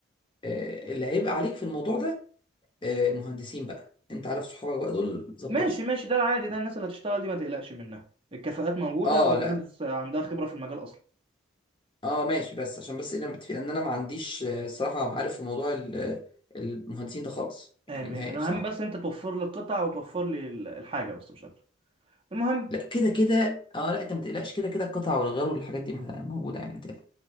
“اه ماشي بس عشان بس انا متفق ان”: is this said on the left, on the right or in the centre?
Left